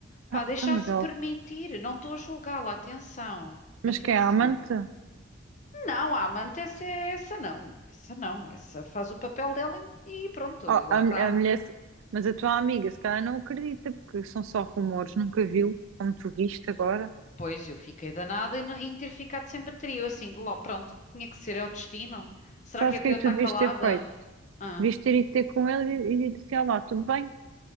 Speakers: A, on the left; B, on the right.
A: Pá,
B: Ah,
A: deixar-se
B: então, mas ela,
A: permitir. Não estou a julgá-la, atenção,
B: mas
A: atenção.
B: quem é a amante?
A: Não, a amante, essa, é- essa não, essa não, essa faz o papel dela e, e pronto,
B: Ah,
A: e lá
B: a,
A: está.
B: mu- a mulher, se- mas a tua amiga, se calhar não acredita, porque são só rumores, nunca viu, como tu viste agora.
A: Pois eu fiquei danada em, em ter ficado sem bateria, eu assim, de logo, pronto, tinha que ser, é o destino. Será
B: Sabes
A: que é
B: o
A: para
B: que é
A: eu
B: que
A: estar
B: tu devias
A: calada?
B: ter feito?
A: Ah,
B: Devias ter ido ter com ele e, e disse, ah lá, tudo bem,